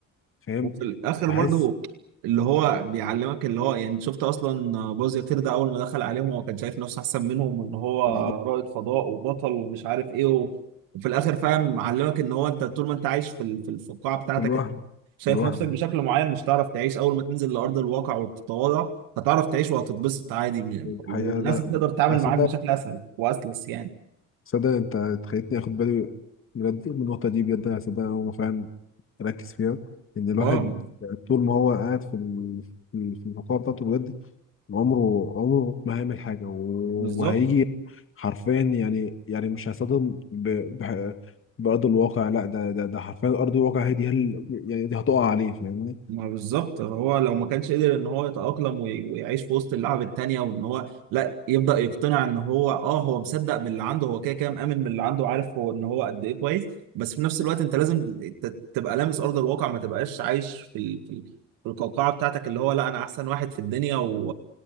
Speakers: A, on the left; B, on the right.
A: فاهم
B: وفي الاخر
A: بحس
B: برضو اللي هو بيعلمك اللي هو يعني شفت اصلا باز يطير ده اول ما دخل عليهم هو كان شايف نفسه احسن منهم وان هو
A: بالظبط
B: رائد فضاء وبطل ومش عارف ايه و... وفي الاخر فاهم معلمك ان هو انت طول ما انت عايش في ال- في ال- في القاعه بتاعتك
A: في الوهم
B: انت شايف
A: في الوحم
B: نفسك بشكل معين مش هتعرف تعيش اول ما تنزل لارض الواقع وتتواضع هتعرف تعيش وهتتبسط عادي يعني والناس
A: الحقيقة لا
B: تقدر تتعامل
A: بس
B: معاك بشكل اسهل واسلس يعني
A: صدق انت خليتني اخد بالي بجد من النقطه دي بجد انا صدق هو فعلا ركز فيها ان الواحد
B: اه
A: طول ما هو قاعد في ال- في ال- في الفقاعه بتاعته بجد عمره عمره ما هيعمل حاجه و-
B: بالظبط
A: وهيجي حرفيا يعني يعني مش هيصطدم ب... ب... بارض الواقع لا ده ده ده حرفيا ارض الواقع هي دي هل... يعني دي هتقع عليه فاهمني
B: ما بالظبط هو لو ما كانش قدر ان هو يتأقلم وي- ويعيش في وسط اللعب التانية وان هو لا يبدأ يقتنع ان هو اه هو مصدق باللي عنده هو كده كده مآمن باللي عنده عارف هو ان هو قد ايه كويس بس في نفس الوقت انت لازم ت- تبقى لامس ارض الواقع ما تبقاش عايش في ال... في ال... في القوقعة بتاعتك اللي هو لا انا احسن واحد في الدنيا و...